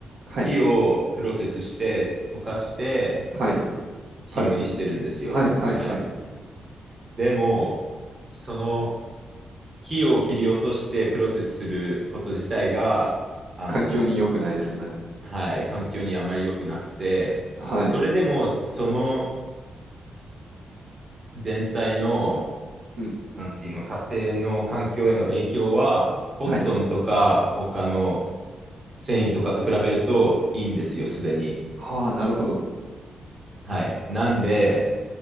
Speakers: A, on the right (about 75°); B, on the right (about 25°).
A: はい、
B: 木をプロセスして、溶かして、
A: はい。
B: 紐にしてるんですよ。
A: パルプにしはいはいはい。
B: はい。でも、その木を切り落としてプロセスすること自体が、あの、
A: 環境に良くないですよね。
B: はい、環境にあまり良くなくて、
A: はい。
B: それでも、その全体の、
A: うん、
B: なんていうの、家庭の環境への影響は、コットンとか他の
A: はい。
B: 繊維とかと比べるといいんですよ、すでに。
A: はあ、なるほど。
B: はい。なんで、